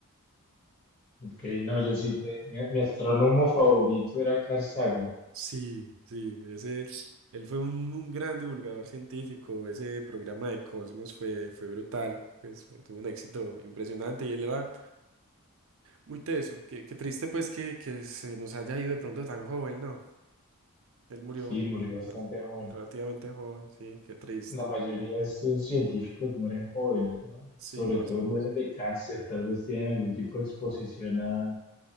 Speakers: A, on the left (about 30°); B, on the right (about 60°).
A: Ok, no, yo sí, te- mi, mi astrónomo favorito era Carl Sagan.
B: Sí, sí, ese, él fue un, un gran divulgador científico. Ese programa de Cosmos fue, fue brutal. Pues, fue- tuvo un éxito impresionante y él era. Muy teso, qué, qué triste pues que, que se nos haya ido de pronto tan joven, ¿no? Él murió
A: Sí, murió bastante
B: no,
A: joven.
B: relativamente joven, sí, qué triste.
A: La mayoría de estos científicos mueren jóvenes, ¿no?
B: Sí,
A: Sobre
B: más
A: todo
B: o menos.
A: mueren de cáncer, tal vez tienen algún tipo de exposición a